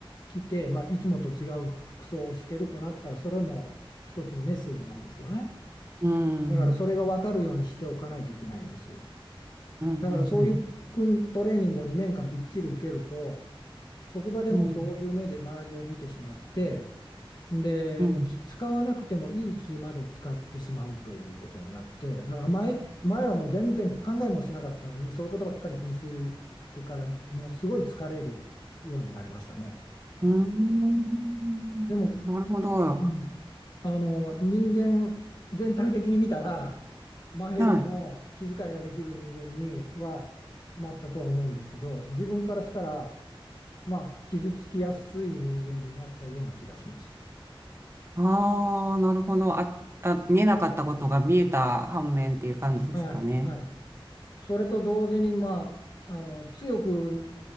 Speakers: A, on the left; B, on the right.
A: 来て、まあ、いつもと違う服装をしてるとなったら、それも一つのメッセージなんですよね。
B: うん、
A: だからそれが分かるようにしておかないといけないんです。
B: うん、うん、う
A: だからそういう訓トレーニングを2年間びっちり受けると、
B: ん、
A: 職場でもそういう目で周りを見てしまって、
B: うん、
A: で、
B: うん、
A: もうき使わなくてもいい気まで使ってしまうということになって、だから前、前はもう全然考えもしなかったのに、そういうことばっかり気にするから、もうすごい疲れるようになりましたね。
B: うんなるほど。
A: でも、うん、あの、人間全体的に見たら、前よりも気遣いができる人間にはなったとは思うんですけど、
B: はい。
A: 自分からしたら、まあ、傷つきやすい人間になったような気がします。
B: ああ、なるほど。あ、あ、見えなかったことが見えた反面っていう感じですかね。
A: はい、はい。それと同時に、まあ、あの、強く